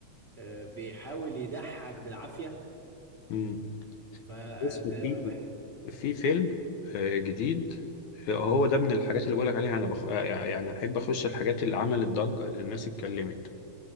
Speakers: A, in the centre; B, on the left.
A: آه، بيحاول يضحك بالعافيه
B: امم
A: فده
B: بص في
A: بح...
B: في فيلم آه، جديد آه، هو ده من الحاجات اللي بقولك عليها انا بخ... آه، يعني احب اخش الحاجات اللي عملت ضجة اللي الناس اتكلمت